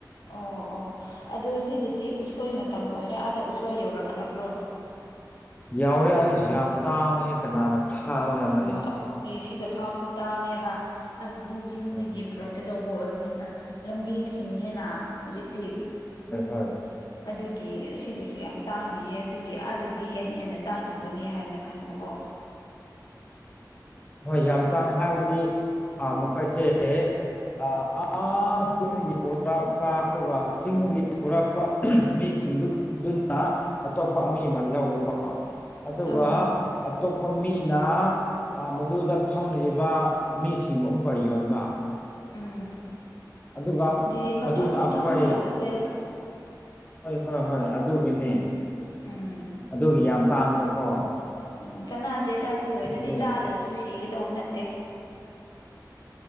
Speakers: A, on the left (about 70°); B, on the left (about 20°).
A: ꯑꯣ ꯑꯣ ꯑꯗꯨꯗ ꯁꯤꯗꯗꯤ ꯎꯁꯣꯏ ꯃꯇꯝ ꯑꯣꯏꯔ ꯑꯗ ꯎꯁꯣꯏ ꯌꯧꯔꯛꯈ꯭ꯔꯕ꯭ꯔꯣ
B: ꯌꯥꯎꯔꯦ ꯑꯩꯁꯨ ꯌꯥꯝ ꯇꯥꯡꯉꯦ ꯀꯅꯥꯅ ꯊꯥꯕ ꯉꯝꯒꯅꯤ
A: ꯑꯣ ꯑꯩꯈꯣꯏꯒꯤ ꯁꯤꯗ ꯐꯥꯎꯁꯨ ꯇꯥꯡꯉꯦꯕ ꯍꯥꯏꯕꯗꯤ ꯆꯤꯡꯗꯒꯤ
B: ꯎꯝ
A: ꯄꯨꯔꯛꯀꯗꯧꯕ ꯑꯣꯏꯕ ꯅꯤꯅ ꯂꯝꯕꯤ ꯊꯤꯡꯉꯦꯅ ꯍꯧꯖꯤꯛꯇꯤ
B: ꯍꯣꯏ
A: ꯑꯗꯨꯒꯤ ꯑꯁꯤꯗꯨꯁꯨ ꯌꯥꯝ ꯇꯥꯡꯕꯤꯌꯦ ꯑꯗꯨꯒꯤ ꯑꯥꯗꯗꯤ ꯍꯦꯟꯅ ꯍꯦꯟꯅ ꯇꯥꯡꯂꯝꯒꯅꯤ ꯍꯥꯏꯅ ꯈꯟꯕꯀꯣ
B: ꯍꯣꯏ ꯌꯥꯝ ꯇꯥꯡꯅ ꯍꯥꯏꯕꯗꯤ ꯃꯈꯣꯏꯁꯦ ꯑꯥ ꯆꯤꯡꯒꯤ ꯄꯨꯔꯛꯄ ꯑꯗꯨꯒ ꯆꯤꯡꯒꯤ ꯄꯨꯔꯛꯄ ꯃꯤꯁꯤꯡ ꯁꯤꯡꯗꯨꯗꯨꯅ ꯑꯇꯣꯞꯄ ꯑꯃ ꯑꯃ ꯂꯧꯕꯀꯣ ꯑꯗꯨꯒ
A: ꯑꯣ
B: ꯑꯇꯣꯞꯄ ꯃꯤꯅ ꯃꯗꯨꯗ ꯐꯝꯂꯤꯕ ꯃꯤꯁꯤꯡꯕꯨ ꯑꯃꯨꯛꯀ ꯌꯣꯟꯕ
A: ꯎꯝ
B: ꯑꯗꯨꯒ
A: ꯑꯗꯨꯗꯤ ꯃꯊꯪ
B: ꯃꯗꯨꯅ
A: ꯃꯊꯪ
B: ꯑꯩꯈꯣꯏ
A: ꯇꯧꯕꯁꯦ
B: ꯍꯣꯏ ꯍꯣꯏ ꯍꯣꯏ ꯑꯗꯨꯒꯤꯅꯦ
A: ꯎꯝ
B: ꯑꯗꯨꯒꯤ ꯌꯥꯝ ꯇꯥꯡꯕꯀꯣ
A: ꯎꯝ ꯀꯅꯥꯗꯦꯗ ꯑꯗꯨ ꯑꯣꯏꯔ ꯑꯗꯨꯗꯤ
B: ꯑꯗꯨ
A: ꯆꯥꯗ꯭ꯔꯁꯨ ꯁꯤꯒꯗꯧꯕ ꯅꯠꯇꯦ